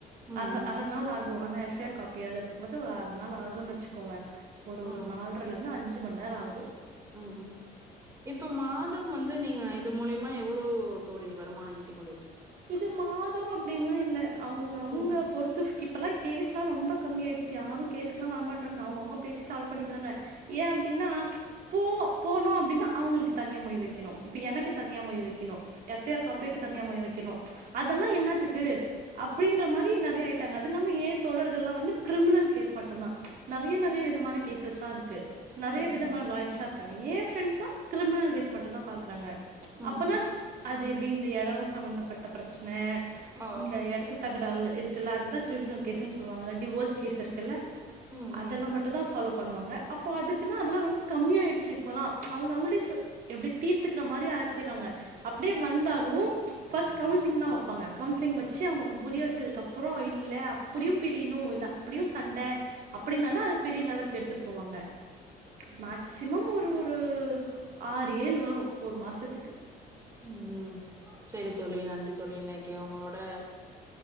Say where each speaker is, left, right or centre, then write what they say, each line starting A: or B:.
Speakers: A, on the right; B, on the right.
A: ம். ம்.
B: அர அர நாள் ஆகோ அனா F F I R copy எழுதுறதுக்கு வந்து ஒரு அர நாள் ஆகுனு வச்சுக்கோங்க ஒரு
A: ம். ம்.
B: ஒரு நால்ர லந்து அன் சு மண்நேரோ ஆகோ
A: ம் இப்ப மாதம் வந்து நீங்க இது மூலியமா எவ்ளோ தோழி வருமான ஈட்டி
B: இது மாதம் அப்டின்லா இல்ல அவுங்க அவுங்க
A: ம்.
B: பொறுத்து இப்பல்லா கேஸ் லா ரொம்ப கம்மியாயிடுச்சு யாரு கேஸ்குலா வரமாட்றாங்க அவங்க அவங்க பேசி சால்வ் பண்ணிக்கிறாங்க ஏ அப்டின்னா போ போனோ அப்டின்னா அவங்களுக்கு தனியா மொயி வைக்கணு இப்ப எனக்கு தனியா மொயி வைக்கணு எஃப் ஐ ஆர் காப்பிக்கு
A: ம்.
B: தனியா மொய் வைக்கணு அதெல்லா என்னத்துக்கு அப்டின்ற மாரி நறைய ஆயிட்டாங்க அது இல்லாம ஏ தோழர்கள்லா வந்து கிரிமினல் கேஸ் மட்டு தா நறைய நறைய விதமான கேசஸ்லா இருக்கு நறைய
A: ம்.
B: விதமா லாயர்ஸ்லா இருக் காங்க ஏ ப்ரெண்ட்ஸ்லா கிரிமினல் கேஸ் மட்டு தா பாக்குறாங்க
A: ம்.
B: அப்பனா அது இப்டி இந்த எடோ சம்மந்தப் பட்ட பிரச் சன
A: ஆ.
B: இந்த எடத்து தகரால்லு இருக்குல்ல அதுதா கிரிமினல் கேஸ்சுன் சொல்லுவாங் க டிவோர்ஸ்கேஸ்
A: ம்.
B: இருக்குல்ல
A: ம்.
B: அதெல்லா
A: ம்.
B: மட்டுந்தா ஃபாலோ பண்ணுவாங்க அப்போ அதுக்குன்னா அதுல்லா ரொம்ப கம்மியாயிடிச்சி இப்போல்லா அவங்க அவங்களேச் எப்டி தீத்துக்குற மாரி ஆக்கிறாங்க அப்டியே வந்தாலு ஃபஸ் கவுன்சிலிங்தா வெப்பாங்க கவுன்சிலிங்க் வெச்சு அவங்களுக்கு புரிய வெச்சதுக்கப்றோ இல்ல அப்டியு பிரியணு இல்ல அப்டியு சண்ட அப்டின்னா தா அது பெரிய லெவல்க்கு எடுத்துட் போவாங்க
A: ம்.
B: மேக்சிமம் ஒரு ஒரு ஆறு ஏழ் வரு ஒரு மாசத்துக்கு
A: ம் செரி தோழி நன்றி தோழி இன்னக்கி உங்ளோட